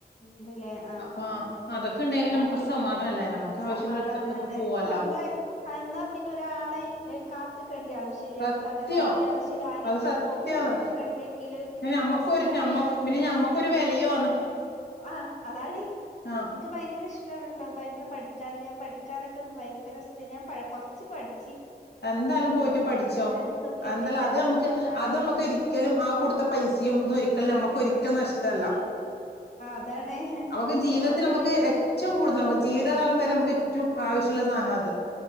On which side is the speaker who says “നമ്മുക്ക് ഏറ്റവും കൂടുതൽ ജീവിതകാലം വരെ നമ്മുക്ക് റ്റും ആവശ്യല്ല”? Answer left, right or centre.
Left